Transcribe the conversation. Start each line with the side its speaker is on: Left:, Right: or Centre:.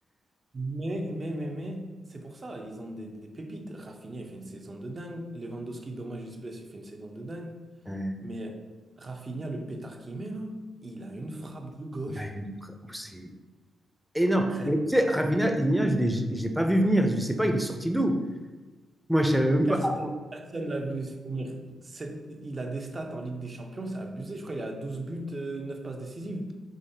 Right: mais, mais, mais, mais, c'est pour ça, ils ont des, des pépites. Rafinha, il fait une saison de dingue. Lewandowski, dommage, il se blesse, il fait une saison de dingue.
Centre: Ouais.
Right: Mais Rafinha, le pétard qu'il met, là, il a une frappe de gauche.
Centre: Là, il- oh, c'est énorme.
Right: Frère,
Centre: Mais tu sais, Rafinha, Iñigo, je l'ai j'ai pas vu venir. Je sais pas, il est sorti d'où? Moi, je savais même
Right: Personne,
Centre: pas. Ah bon?
Right: personne l'a vu se finir. C'est- Il a des stats en Ligue des Champions, c'est abusé. Je crois qu'il a 12 buts, euh, 9 passes décisives.